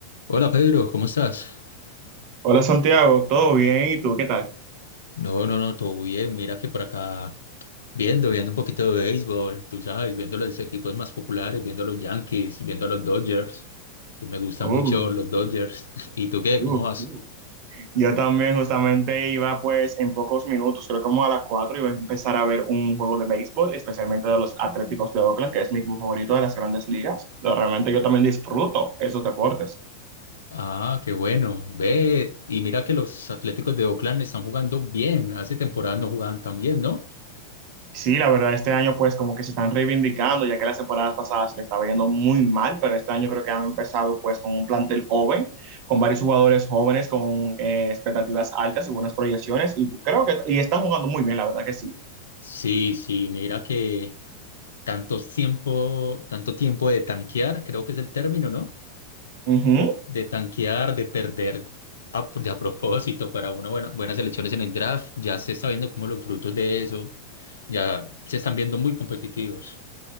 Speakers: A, on the left; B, on the right.
A: Hola Pedro, ¿cómo estás?
B: Hola Santiago, ¿todo bien? ¿Y tú qué tal?
A: No, no, no, todo bien. Mira que por acá viendo, viendo un poquito de béisbol, tú sabes, viendo los equipos más populares, viendo a los Yankees, viendo a los Dodgers, que me gustan
B: Uh,
A: mucho los Dodgers. <laughs> ¿Y tú qué?
B: uh,
A: ¿Cómo vas?
B: uh. Yo también justamente iba pues en pocos minutos, creo como a las 4 iba a empezar a ver un juego de béisbol, especialmente de los Atléticos de Oakland, que es mi equipo favorito de las grandes ligas. Lo- Realmente yo también disfruto esos deportes.
A: Ah, qué bueno. Ve, y mira que los Atléticos de Oakland están jugando bien. Hace temporada no jugaban tan bien, ¿no?
B: Sí, la verdad, este año pues como que se están reivindicando, ya que las temporadas pasadas le estaba yendo muy mal, pero este año creo que han empezado pues con un plantel joven, con varios jugadores jóvenes, con eh, expectativas altas y buenas proyecciones, y creo que y están jugando muy bien, la verdad que sí.
A: Sí, sí, mira que tanto tiempo, tanto tiempo de tanquear, creo que es el término, ¿no?
B: Ujú.
A: de tanquear, de perder a, de a propósito para una buena, buenas elecciones en el draft. Ya se está viendo como los frutos de eso. Ya se están viendo muy competitivos.